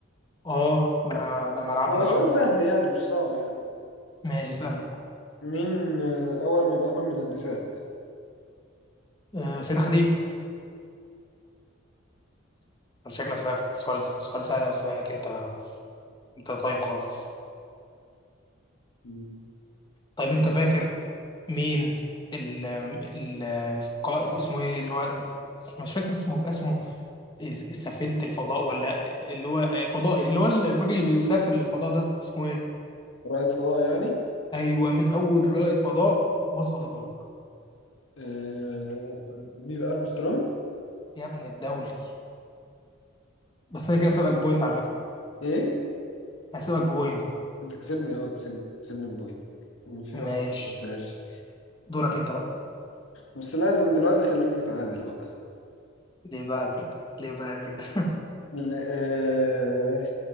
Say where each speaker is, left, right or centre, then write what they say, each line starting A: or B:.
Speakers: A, on the left; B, on the left.
A: اه ما ده ملعبنا
B: هو
A: بقى
B: سؤال سهل يعني مش صعب يعني
A: ماشي اسألني
B: مين آه، أول من آمن من النساء
A: أه سيدة خديجة شكلها سألك سؤال سؤال سهل اصلا انك انت انت طيب خالص
B: مم.
A: طيب انت فاكر مين ال ال القائد اسمه ايه اللي هو اسم- مش فاكر اسمه اسمه س- سفينة الفضاء ولا اللي هو فضائي اللي هو الراجل اللي بيسافر للفضاء ده اسمه ايه
B: رائد فضاء يعني
A: ايوه من اول رائد فضاء وصل القمر
B: آه... نيل ارمسترونج
A: يا ابن الدولي بس انا كده سابقك بوينت على فكرة
B: ايه
A: هسيبك بوينت
B: انت كسبني اه كسبني كسبني بوي في
A: ماشي
B: واحد ما قلتهاش
A: دورك انت بقى
B: بس لازم دلوقتي خليك نتعادل بقى
A: ليه بقى كده ليه بقى كده
B: ل- آه...